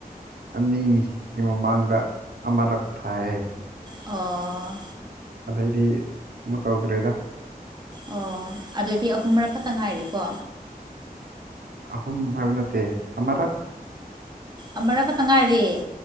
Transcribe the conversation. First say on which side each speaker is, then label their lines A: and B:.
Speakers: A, on the right (about 85°); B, on the right (about 30°).
A: ꯑꯅꯤꯒꯤ ꯃꯃꯥꯡꯗ ꯑꯃꯔꯛ ꯊꯥꯏꯌꯦ
B: ꯑꯣ
A: ꯑꯗꯩꯗꯤ ꯑꯃꯨ ꯇꯧꯗ꯭ꯔꯦꯗ
B: ꯑꯣ ꯑꯗꯨꯗꯤ ꯑꯍꯨꯝ ꯃꯔꯛ ꯈꯛꯇ ꯉꯥꯏꯔꯤꯀꯣ
A: ꯑꯍꯨꯝ ꯍꯥꯏꯕ ꯅꯠꯇꯦ ꯑꯃꯥꯔꯛ
B: ꯑꯃꯔꯛ ꯈꯛꯇ ꯉꯥꯏꯔꯤ